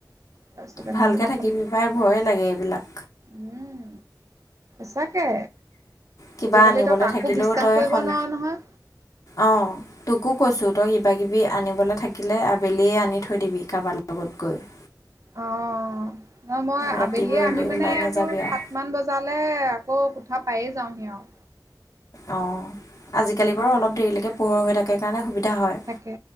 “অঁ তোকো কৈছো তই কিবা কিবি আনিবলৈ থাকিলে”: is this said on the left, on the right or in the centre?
Left